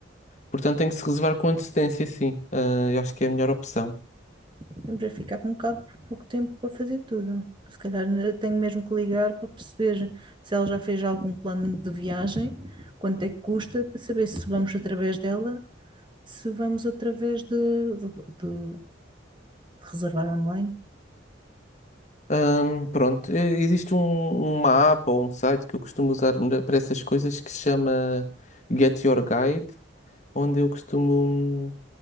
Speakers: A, on the left; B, on the right.
A: Portanto, tem que se reservar com antecedência, sim. Ah, eu acho que é a melhor opção.
B: Estamos a ficar com um bocado por pouco tempo para fazer tudo. Se calhar eu tenho mesmo que ligar para perceber se ela já fez algum plano de viagem, quanto é que custa, para saber se vamos através dela se vamos outra vez de, de- de- de reservar online.
A: Hum, pronto, E- existe um, uma app ou um site que eu costumo usar na- para essas coisas que se chama Get Your Guide, onde eu costumo.